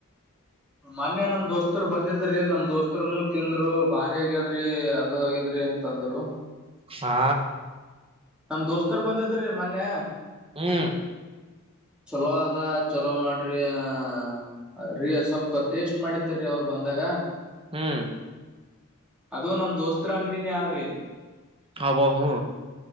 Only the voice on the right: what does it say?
ಹಾ
ಹ್ಮ್
ಹ್ಮ್
ಹಬೋ ಹ್ಮ